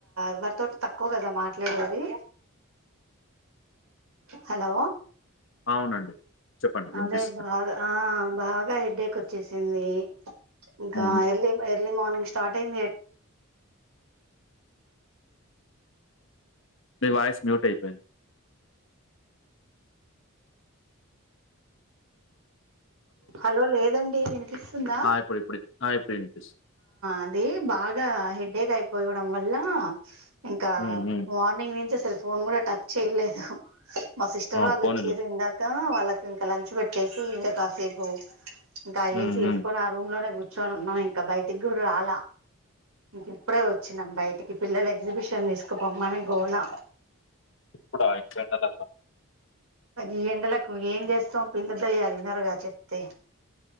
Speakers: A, on the right (about 85°); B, on the left (about 60°).
A: ఎవరితోటి తక్కువ కదా మాట్లాడేది హలో
B: అవునండి చెప్పండి వినిపిస్తుంది
A: అదే బాగా ఆ బాగా హెడేక్ వచ్చేసింది ఇంకా
B: అవును
A: ఎర్లీ ఎర్లీ మార్నింగ్ స్టార్ట్ అయింది
B: మీ వాయిస్ మ్యూట్ అయిపోయింది
A: హలో లేదండి వినపి స్తుందా
B: ఆ ఇప్పుడు ఇప్పుడు ఆ ఇప్పుడు వినిపిస్తుంది
A: అది బాగా హెడ్డేక్ అయిపోయి ల్ వల్ల ఇంకా
B: ఉమ్ ఉమ్
A: మార్నింగ్ నుంచి అస ఫోన్ కూడా టచ్ చేయలేదు మా సిస్టర్
B: ఆ
A: వాళ్ళు
B: పోనీలే
A: వచ్చిర్రు ఇందాక ఆ వాళ్ళకి ఇంకా లంచ్ పెట్టేసి ఇ కాసేసి ఓ ఇంకా ఆ ఏసీ
B: ఉమ్
A: యేసుకోని
B: ఉమ్
A: ఆ రూమ్ లోనే కు కూర్చొనిన్నాం ఇంకా బయటికి గూడా రాలా ఇంక ఇప్పుడే వచ్చినాం బయటికి పిల్లలు ఎగ్జిబిషన్ తీసుకుపోమని గోలా
B: ఇప్పుడు ఇంత ఎండలల్ల
A: ఈ ఎండలకు ఏం చేస్తాం పిల్ల దయ్యాలు ఇనరుగా చెప్తే